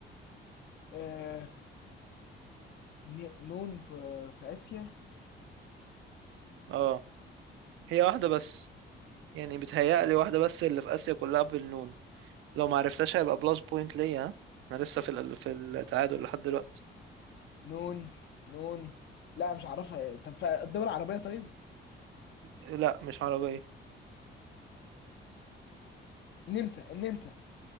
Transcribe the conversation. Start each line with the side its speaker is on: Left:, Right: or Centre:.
Left: آه... ن... نون في في اسيا
Right: اه هي واحدة بس يعني بتهيألي واحدة بس اللي في اسيا كلها بالنون لو ما عرفتهاش هيبقى بلس بوينت ليا ها؟ انا لسه في ال- في التعادل لحد دلوقتي
Left: نون نون لا مش عارفها طب في الدول العربية طيب
Right: لا مش عربية
Left: نمسا النمسا